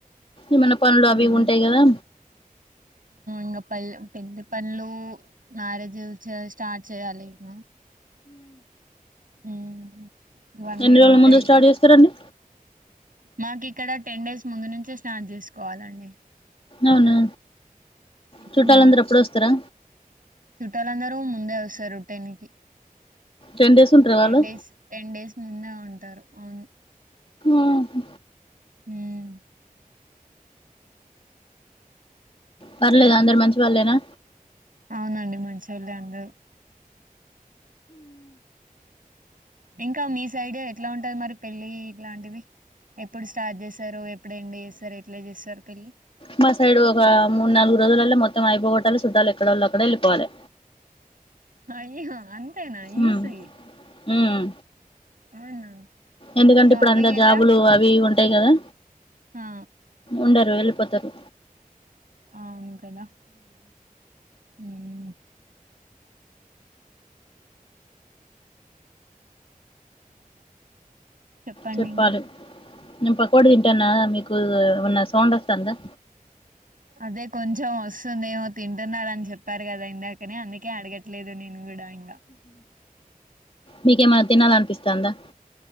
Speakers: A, on the left; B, on the right.
A: ఏమన్నా పనులు అవి
B: హ్మ్
A: ఉంటాయి కదా
B: ఇంగ పల్ పెండ్లి పనులు మ్యారేజు చ స్టార్ట్ చేయాలి ఇంగ ఉ ఇవన్నీ
A: ఎన్ని రోజుల
B: ఉంటాయి
A: ముందు స్టార్ట్ చేస్తారండి
B: మాకి ఇక్కడ టెన్ డేస్ ముందు నుంచే స్టార్ట్ చేసుకోవాలండి
A: అవునా చుట్టాలందరు
B: హ్మ్
A: అప్పుడే వస్తరా
B: చుట్టాలందరూ ముందే వస్తారు టెన్ కి
A: టెన్ డేస్ ఉంటారా
B: టెన్
A: వాళ్ళు
B: డేస్ టెన్ డేస్ ముందే ఉంటారు అవును
A: ఊహు.
B: ఉమ్
A: పర్లేదు అందరు మంచి వాళ్ళేనా
B: అవునండి మంచోళ్ళే అందరు ఇంకా మీ సైడ్ ఎట్లా ఉంటది మరి పెళ్ళి ఇట్లాంటివి ఎప్పుడు స్టార్ట్ చేసారు ఎప్పుడు ఎండ్ చేస్తారు ఎట్లా చేస్తారు పెళ్లి
A: మా సైడ్ ఒక మూడు నాలుగు రోజులల్లో మొత్తం అయిపోగోట్టాలి చుట్టాలు ఎక్కడోళ్ళు అక్కడ వెళ్ళిపోవాలి
B: అయ్యో అంతేనా
A: ఉమ్
B: ఈజి
A: ఉమ్
B: అవునా
A: ఎందుకంటే
B: షాపింగ్
A: ఇప్పుడు అంద
B: ఎట్లా
A: జాబులు అవి ఇవి ఉంటాయి కదా
B: ఆ
A: ఉండరు వెల్లి పోతరు
B: ఆ అవును కదా ఉ మ్ చెప్పండి
A: చెప్పాలి
B: ఇంకా
A: నేను పకోడి తింటానా మీకు ఏమన్న సౌండ్ వత్తందా
B: అదే కొంచెం వస్తుందేమో తింటున్నారని చెప్పారు కదా ఇందాకనే అందుకే అడగట్లేదు నేను కూ డ ఇంగ
A: నీకేమన్న తినాలనిపిస్తాందా